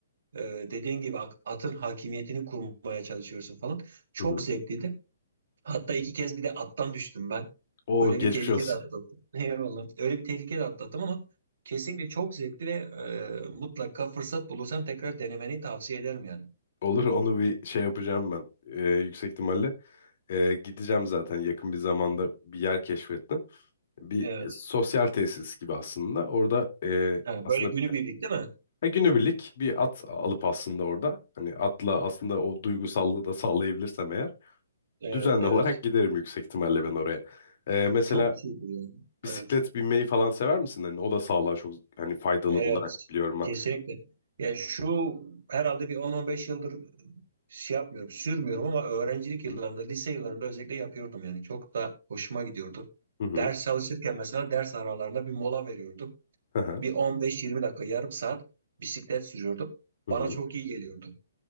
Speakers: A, on the right; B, on the left.
A: Ee, dediğin gibi ak- atın hakimiyetini kurmaya çalışıyorsun falan. Çok
B: hı hı.
A: zevkliydi. Hatta iki kez bir de attan düştüm ben.
B: O
A: Öyle
B: geçmiş
A: bir tehlike
B: olsun.
A: de atlattım. <laughs> Eyvallah. Öyle bir tehlike de atlattım ama kesinlikle çok zevkli ve e, mutlaka fırsat bulursam tekrar denemeni tavsiye ederim yani.
B: Olur onu bir şey yapacağım ben. E, yüksek ihtimalle E, gideceğim zaten yakın bir zamanda bir yer keşfettim. Bir
A: Evet.
B: sosyal tesis gibi aslında. Orada e,
A: Ha,
B: aslında
A: böyle günübirlik değil mi?
B: Ha, günübirlik bir at alıp aslında orada hani atla aslında o duygusallığı da sağlayabilirsem eğer
A: Evet,
B: düzenli
A: evet.
B: olarak giderim yüksek ihtimalle ben oraya. Ee, mesela
A: Çok şeydir yani.
B: bisiklet
A: Evet.
B: binmeyi falan sever misin? Hani o da sağlığa çok hani faydalı
A: Evet.
B: olarak biliyorum ben.
A: Kesinlikle. Ya şu herhalde bir 10-15 yıldır şey yapmıyorum, sürmüyorum ama öğrencilik
B: Hı
A: yıllarında, lise yıllarında özellikle yapıyordum yani. Çok da hoşuma gidiyordu.
B: hı.
A: Ders çalışırken mesela ders aralarında bir mola veriyordum.
B: Hı hı.
A: Bir 15-20 dakika, yarım saat bisiklet sürüyordum.
B: hı
A: Bana
B: hı.
A: çok iyi geliyordu.